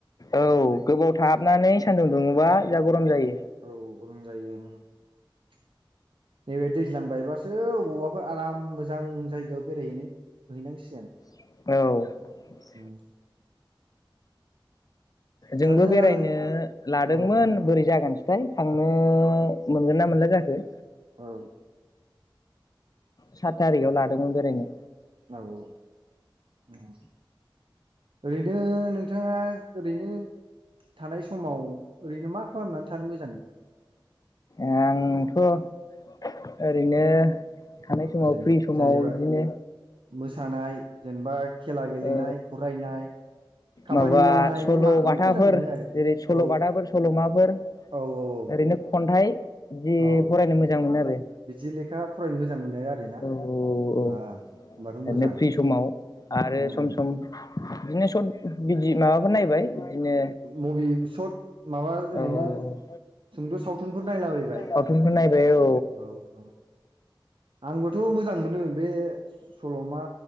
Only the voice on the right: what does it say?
औ गरम जायो। नैबे दैज्लां बायबासो अबावबाफोर आराम मोजां जायगायाव बेरायहैनो हैैनांसिगोन।
उम।
मानो
आं
औ
औ।
औ औ। उम, ओरैनो नोंथाङा ओरैनो थानाय समाव ओरैनो मा खालामनानै थानो मोजां?
औ
जेने
जेनेबा
मोसानाय जेनेबा खेला गेलेनाय
फरायनाय खामानि
मावनाय
नों माखौ
मोजां मोनो आरो
औ
औ औ
औ
बिदि लेखा फरायनो मोजां मोनो आरोना?
ओ होमबाथ'
मोजां।
उम
मुभि सर्ट माबा ओरैनो
सुंद' सावथुनफोर नायलाबायबाय
औ औ। आंबोथ' मोजां मोनो बे सल'मा